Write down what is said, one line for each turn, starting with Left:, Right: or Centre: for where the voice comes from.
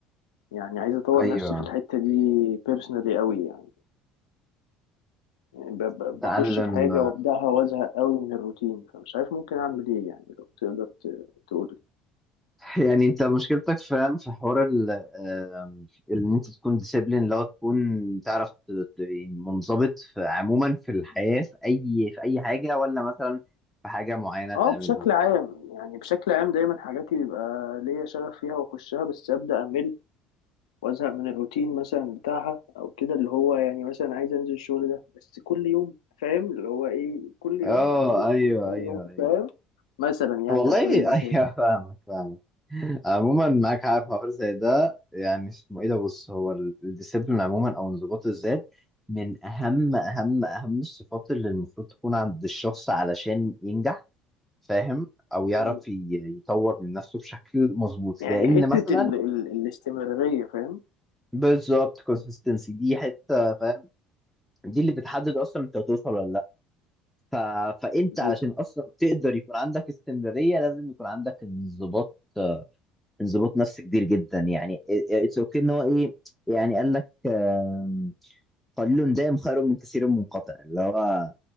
Left: يعني عايز أطور
Centre: ايوه
Left: نفسي في الحتة دي بيرسونالي قوي يعني, يعني ب- ب-
Centre: تعلم
Left: بخش في حاجة وأبدأها وأزهق قوي من الروتين فمش عارف ممكن أعمل إيه يعني لو تقدر ت- تقول لي
Centre: يعني انت مشكلتك فاهم في حوار ال آم، ان انت تكون ديسيبلين لو تكون تعرف ت- ت- يعني منضبط في عموما في الحياة في اي في اي حاجة ولا مثلا في حاجة معينة تعملها
Left: أه بشكل عام يعني بشكل عام دايما حاجاتي بيبقى ليا شغف فيها وأخشها بس أبدأ أمل وازهق من الروتين مثلا بتاعها او كده اللي هو يعني مثلا عايز انزل الشغل ده بس كل يوم فاهم اللي هو ايه كل يوم
Centre: اه
Left: هنزل
Centre: ايوه
Left: كل
Centre: ايوه
Left: يوم
Centre: ايوه
Left: فاهم مثلا يعني
Centre: والله
Left: على سبيل
Centre: <laughs>
Left: المثال
Centre: ايوه فاهمك فاهمك عموما معاك حق في حوار زي ده يعني اسمه ايه ده بص هو ال- الديسيبلين عموما او انضباط الذات من اهم اهم اهم الصفات اللي المفروض تكون عند الشخص علشان ينجح فاهم او يعرف
Left: مم.
Centre: ي- يطور من نفسه بشكل مظبوط
Left: يعني
Centre: لان
Left: حتة
Centre: مثلا
Left: ال ال الاستمرارية فاهم
Centre: بالظبط consistency دي حته فاهم دي اللي بتحدد اصلا انت هتوصل ولا لا ف... فانت
Left: بالظبط
Centre: علشان اصلا تقدر يكون عندك استمراريه لازم يكون عندك انضباط انضباط نفسي كبير جدا يعني اتس اوكي ان هو ايه يعني قال لك آم، قليل دائم خير من كثير منقطع اللي هو